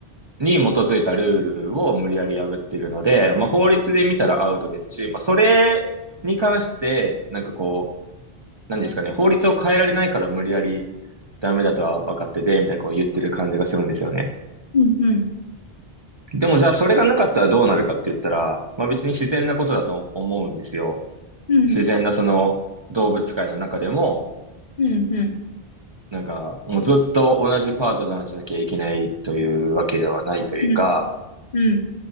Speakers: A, on the right; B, on the left.
A: に基づいたルールを無理やり破ってるので、まあ、法律で見たらアウトですし、まあ、それに関して、なんかこう、何ですかね、法律を変えられないから無理やりダメだとは分かってて、みたいなこう言ってる感じがするんですよね。
B: うんうん。
A: でもじゃあそれがなかったらどうなるかって言ったら、まあ別に自然なことだと思うんですよ。
B: うん。
A: 自然なその動物界の中でも、
B: うんうん。
A: なんかもうずっと同じパートナーじゃなきゃいけないというわけではないというか、
B: うんうん。